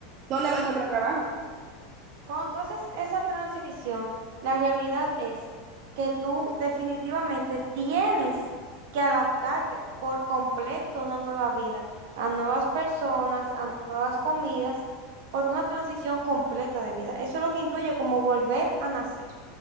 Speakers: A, on the right; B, on the right.
A: ¿dónde va a encontrar trabajo?
B: Cuando tú haces esa transición, la realidad es que tú definitivamente tienes que adaptarte por completo a una nueva vida, a nuevas personas, a nuevas comidas, porque una transición completa de vida. Eso es lo que incluye como volver a nacer.